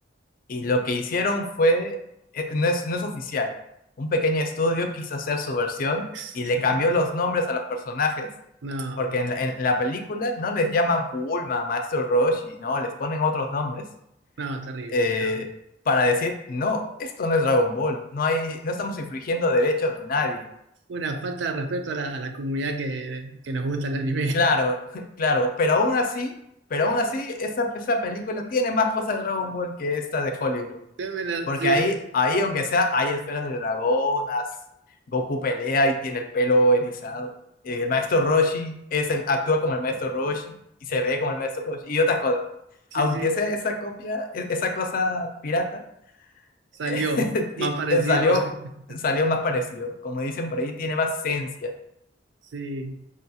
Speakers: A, on the left (about 50°); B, on the right (about 65°).
A: y lo que hicieron fue, eh, no es, no es oficial, un pequeño estudio quiso hacer su versión
B: <laughs>
A: y le cambió los nombres a los personajes,
B: No,
A: porque en la, en la película no les llaman Bulma, Maestro Roshi, no, les ponen otros nombres.
B: no, terrible.
A: eh,
B: no.
A: para decir, no, esto no es Dragon Ball, no hay, no estamos infringiendo derechos de nadie.
B: Una falta de respeto a la, a la comunidad que, que nos gusta el anime.
A: Claro, <laughs> claro, pero aún así, pero aún así, esa, esa película tiene más cosas de Dragon Ball que esta de Hollywood.
B: <laughs>
A: Porque
B: Sí,
A: ahí, ahí, aunque sea, hay esferas de dragón, as- Goku pelea y tiene el pelo erizado. El maestro Roshi es el, actúa como el maestro Roshi y se ve como el maestro Roshi y otras cosas.
B: sí,
A: Aunque
B: sí.
A: sea esa copia, e- esa cosa pirata,
B: Salió.
A: <laughs> ti-
B: Más parecido.
A: eh, salió,
B: <laughs>
A: salió más parecido. Como dicen por ahí, tiene más esencia.
B: Sí.